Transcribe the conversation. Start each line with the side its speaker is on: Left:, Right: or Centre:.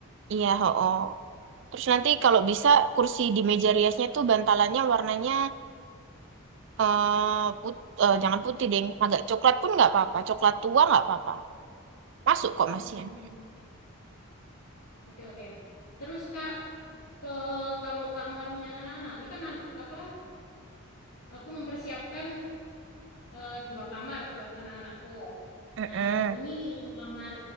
Right: Iya, ho Terus nanti
Left: Oke.
Right: kalau bisa kursi di meja riasnya tuh bantalannya warnanya eh put, eh, jangan putih deh, agak coklat pun nggak apa-apa. Coklat tua nggak apa-apa. Masuk kok masian.
Left: Mm-mm. Oke, oke. Terus, Kak, ke kalau kamarnya anak-anak ini kan an- apa aku mempersiapkan eh, dua kamar buat anak-anakku.
Right: Heeh.
Left: Nah, ini yang kamar